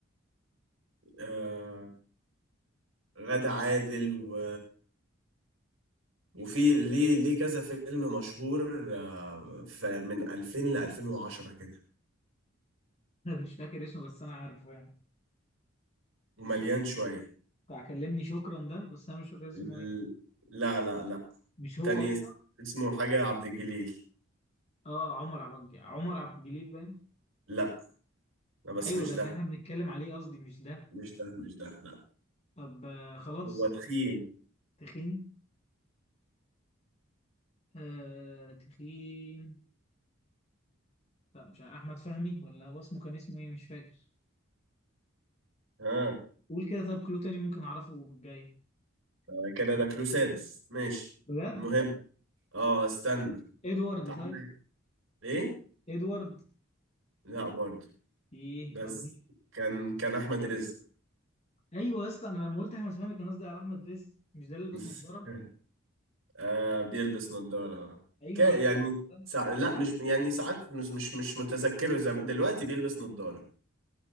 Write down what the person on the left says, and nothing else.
انا مش فاكر اسمه بس انا عارفه يعني
بتاع كلمني شكرا ده بس انا مش فاكر اسمه
ايه
مش هو
اصلا
اه عمر عبد عمر عبد الجليل باين
ايوه
ده
اللي احنا بنتكلم عليه قصدي مش ده
طب آه خلاص
تخين آه تخين لا مش عارف. احمد فهمي ولا هو اسمه كان اسمه ايه مش فاكر
قول كده طب كلو تاني ممكن اعرفه من الجاي
بجد
ادوارد
طيب
ادوارد
ايه
طب مين؟
ايوه يا اسطى انا لما قلت احمد فهمي كان قصدي على احمد رزق مش ده اللي لابس
نظاره
ايوه
انا فكرت
ده